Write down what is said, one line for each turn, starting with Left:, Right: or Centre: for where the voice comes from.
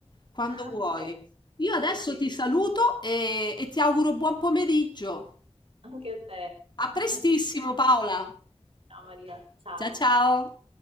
Left: quando
Right: Ok,
Left: vuoi. Io
Right: va
Left: adesso
Right: bene.
Left: ti saluto e, e ti auguro buon pomeriggio.
Right: Anche a te. <laughs>
Left: A prestissimo,
Right: Ciao,
Left: Paola.
Right: ciao Maria. Ciao.
Left: Ciao ciao.